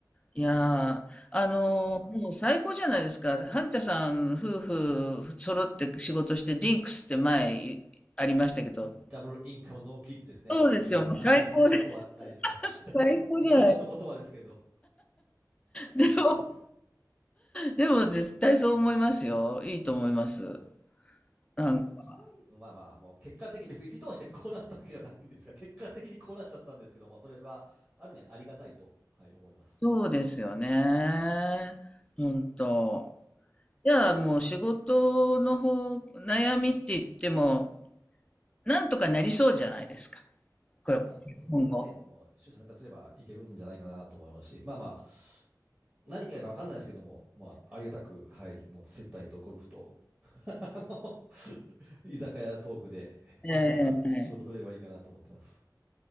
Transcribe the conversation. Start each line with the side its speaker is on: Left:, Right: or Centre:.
Left: いやー、あの、
Right: まあまあ。
Left: もう最高じゃないですか。萩田さん夫婦揃って仕事して、ディンクスって前いありましたけど。
Right: ダブルインカムノーキッズですね。
Left: そうですよ、
Right: なんか最近そんな言葉ないですけど
Left: もう最高です。<laughs> 最高じゃない。
Right: <laughs> 昔の言葉ですけど、
Left: でも、
Right: リンクス。ま
Left: でも絶対そう思いますよ。いいと思います。なんか、
Right: あでも意外、まあまあ、もう結果的に別に意図してこうなったわけじゃないんですが、結果的にこうなっちゃったんですけども、それはある面ありがたいと、はい、思います。
Left: そうですよね。本当。じゃあもう仕事の方、悩みって言っても、なんとかなりそうじゃないですか。これ、
Right: まあ自分がね、
Left: 今後。
Right: もう取捨選択すればいけるんじゃないかなと思いますし、まあまあ、何がいいかわかんないですけども、まあありがたく、はい、もう接待とゴルフと、<laughs> あの <laughs> 居酒屋トークで、
Left: ええ
Right: なんか仕事取れればいいかなと思ってます。